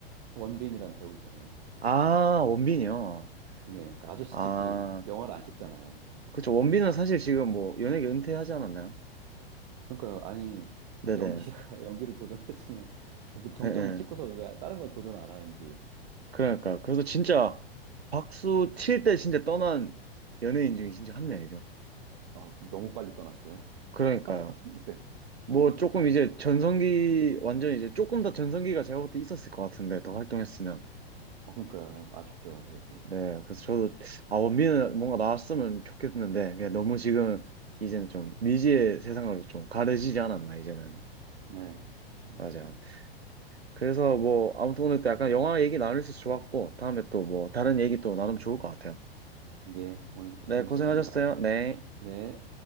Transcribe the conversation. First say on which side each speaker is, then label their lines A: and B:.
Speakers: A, on the right; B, on the right.
A: 원빈이란 배우 있잖아요.
B: 아, 원빈이요.
A: 네, 그러니까 아저씨
B: 아,
A: 찍고 영화를 안 찍잖아요.
B: 그쵸. 원빈은 사실 지금 뭐 연예계 은퇴하지 않았나요?
A: 그러니까 아니
B: 네네.
A: 연기자가 <laughs> 연기를 도전했으면 그 정점을
B: 예, 예.
A: 찍고서 왜 다른 걸 도전 안 하는지
B: 그러니까. 그래서 진짜 박수 칠 때 진짜 떠난 연예인 중에 진짜 한 명이죠.
A: 아, 너무 빨리 떠났어요.
B: 그러니까요.
A: <laughs> 네,
B: 뭐 조금
A: 아무튼
B: 이제 전성기 완전히 이제 조금 더 전성기가 제가 볼 때 있었을 것 같은데 더 활동했으면
A: 어 그러니까요 아쉽죠. 그래서
B: 네 그래서 저도 아 원빈은 뭔가 나왔으면 좋겠는데 그냥 너무 지금 이제는 좀 미지의 세상으로 좀 가려지지 않았나 이제는
A: 네, 좀,
B: 맞아 그래서 뭐 아무튼 오늘 또 약간 영화 얘기 나눌 수 있어서 좋았고 다음에 또 뭐 다른 얘기 또 나누면 좋을 것 같아요
A: 네 오늘
B: 네
A: 재밌었습니다.
B: 고생하셨어요 네
A: 네.